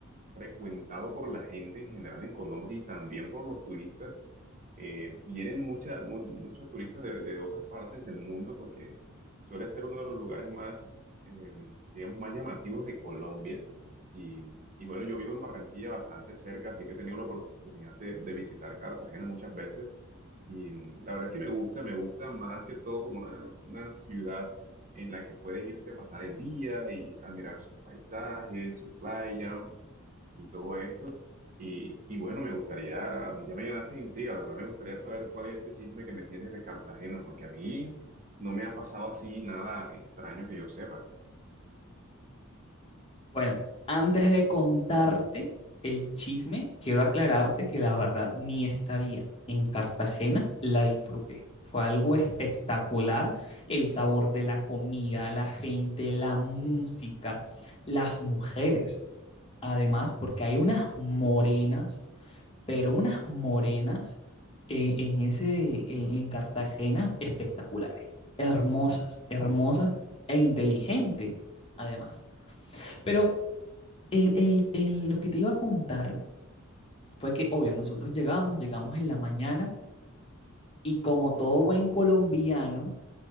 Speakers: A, on the right; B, on the left.
A: frecuentado por la gente en general en Colombia y también por los turistas. Eh, vienen mucha- mu- muchos turistas de, de otras partes del mundo porque suele ser uno de los lugares más, eh, digamos, más llamativos de Colombia. Y, y bueno, yo vivo en Barranquilla bastante cerca, así que he tenido la oportunidad de, de visitar Cartagena muchas veces. Y mm, la verdad es que me gusta, me gusta más que todo como una, una ciudad en la que puedes irte a pasar el día y admirar sus paisajes, su playa y todo esto. Y, y bueno, me gustaría, ya me llenaste de intriga, la verdad me gustaría saber cuál es ese chisme que me tienes de Cartagena, porque a mí no me ha pasado así nada extraño que yo sepa.
B: Bueno, antes de contarte el chisme, quiero aclararte que la verdad, mi estadía en Cartagena la disfruté. Fue algo espectacular, el sabor de la comida, la gente, la música, las mujeres. Además, porque hay unas morenas, pero unas morenas eh, en ese, en en Cartagena espectaculares, hermosas, hermosas e inteligentes, además. Pero el- el- el- lo que te iba a contar fue que, obvio, nosotros llegamos, llegamos en la mañana y como todo buen colombiano,